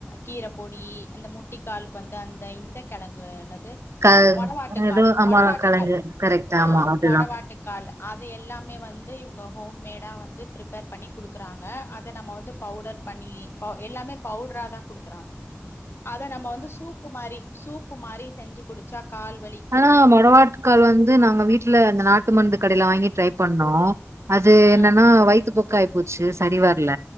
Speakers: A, on the left (about 60°); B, on the right (about 80°).
A: கீர பொடி அந்த முட்டிக்காலுக்கு வந்து அந்த இந்த கிழங்கு என்னது
B: க
A: மொடவாட்டுக்கால்
B: எதோ ஆமா
A: மொடவாட்டுக்கால்
B: கெழங்கு கரெக்ட்
A: ஆ
B: ஆமா அதுதா
A: மொடவாட்டுக் கால் அது எல்லாமே வந்து இவுங் க ஹோம் மேடா வந்து ப்ரிப்பேர் பண்ணி குடுக்கறாங்க அத நம்ம வந்து பவுடர் பண்ணி ப எல்லாமே பவுடரா தா குடுக்கறாங்க
B: உம்
A: அத நம்ம வந்து சூப்பு மாரி சூப்பு மாரி செஞ்சு குடிச்சா கால்வலி
B: ஆனா மொடவாட்டுக்கால் வந்து நாங்க வீட்ல இந்த நாட்டு மருந்து கடையிலா வாங்கி ட்ரை பண்ணோ அது
A: ஆ
B: என்னன்னா வயித்துபோக்கு ஆயிபோச்சு சரி வரல